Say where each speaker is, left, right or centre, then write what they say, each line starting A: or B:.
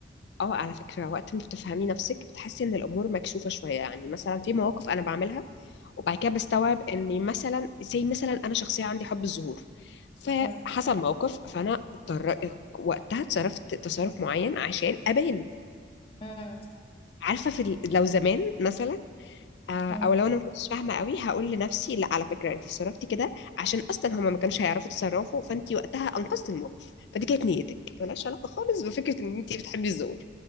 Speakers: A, on the left (about 65°); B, on the left (about 30°).
A: اه على فكره وقت ما بتفهمي نفسك بتحسي ان الامور مكشوفه شويه يعني مثلا في مواقف انا بعملها وبعد كده بستوعب اني مثلا زي مثلا انا شخصيه عندي حب الظهور فحصل
B: مم.
A: موقف فانا اضطر وقتها اتصرفت تصرف معين عشان ابان
B: مم.
A: عارفه في ال- لو زمان مثلا آه،
B: مم.
A: او لو انا ما كنتش فاهمه قوي هقول لنفسي لا على فكره انت اتصرفتي كده عشان اصلا هما ما كانش هيعرفوا يتصرفوا فانت وقتها انقذتي الموقف فدي كانت نيتك ملهاش علاقه خالص بفكره ان انت بتحبي الظهور